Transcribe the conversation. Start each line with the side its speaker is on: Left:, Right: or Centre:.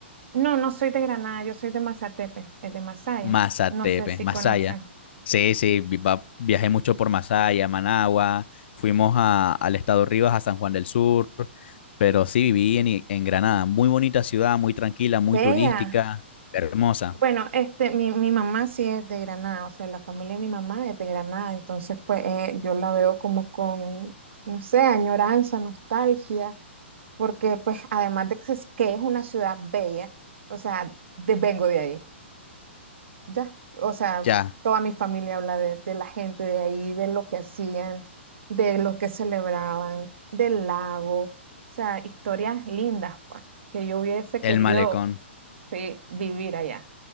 Right: No, no soy de Granada, yo soy de Mazatepe, es de Masaya.
Left: Mazatepe,
Right: No sé si
Left: Masaya.
Right: conoces.
Left: Sí, sí, vi- va- viajé mucho por Masaya, Managua, fuimos a- al estado Rivas, a San Juan del Sur, pero sí viví en, I- en Granada, muy bonita ciudad, muy tranquila, muy
Right: Vea.
Left: turística, hermosa.
Right: Bueno, este, mi, mi mamá sí es de Granada, o sea, la familia de mi mamá es de Granada, entonces pues eh, yo la veo como con, no sé, añoranza, nostalgia, porque pues además de que es, que es una ciudad bella, o sea, de- vengo de ahí. Ya, o sea,
Left: Ya,
Right: toda mi familia habla de, de la gente de ahí, de lo que hacían, de lo que celebraban, del lago, o sea, historias lindas, pues, que yo hubiese
Left: el
Right: querido,
Left: malecón.
Right: sí, vivir allá.